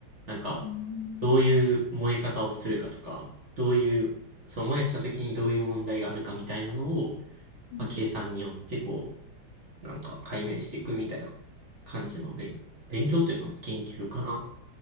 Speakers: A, on the right (about 45°); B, on the left (about 75°).
A: なんか、
B: うん
A: どういう燃え方をするかとか、どういう、そう燃やした時にどういう問題があるかみたいなのを、
B: うん
A: まあ、計算によってこう、なんか解明していくみたいな感じの勉、勉強というか研究かな。